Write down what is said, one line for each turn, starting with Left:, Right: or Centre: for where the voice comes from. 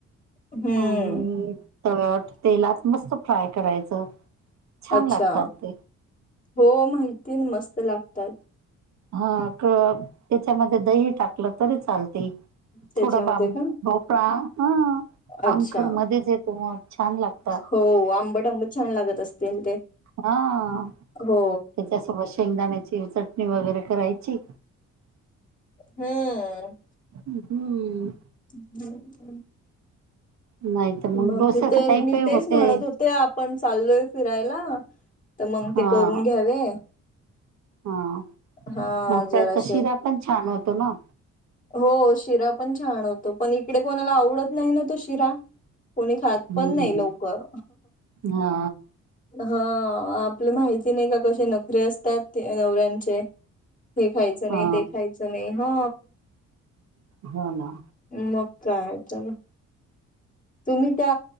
Left: हम्म
Right: आणि तव्यावर तेलात मस्त फ्राय करायचं छान
Left: अच्छा
Right: लागतात ते
Left: हो माहिती मस्त लागतात.
Right: हा क त्याच्यामध्ये दही टाकलं तरी चालते
Left: त्याच्यामध्ये
Right: थोडा बा
Left: का
Right: भोपळा हा
Left: अच्छा
Right: आमखर मध्येच येतो मग छान लागत
Left: हो आंबट आंबट छान लागत असतील ते
Right: हा त्याच्यासोबत
Left: हो
Right: शेंगदाण्याची चटणी वगैरे करायची
Left: हम्म
Right: हम्म
Left: ब
Right: नाही तर मग
Left: ब
Right: डोस्याचं
Left: ते
Right: टाईपही
Left: मी
Right: होते
Left: तेच म्हणत होते आपण चाललोय फिरायला तर मग
Right: हा
Left: ते करून घ्यावे
Right: हा
Left: हा
Right: भोपळ्याचा
Left: जराशे
Right: शिरा पण छान होतो ना
Left: हो शिरा पण छान होतो, पण इकडे कोणाला आवडत नाही ना तो शिरा कोणी खात
Right: हम्म.
Left: पण नाही लवकर
Right: हा
Left: हा आपलं माहिती नाही का कसे नखरे असतात ते नवऱ्यां हे खायचं
Right: हा
Left: नाही ते खायचं नाही हा
Right: हो ना
Left: मग काय तर तुम्ही त्या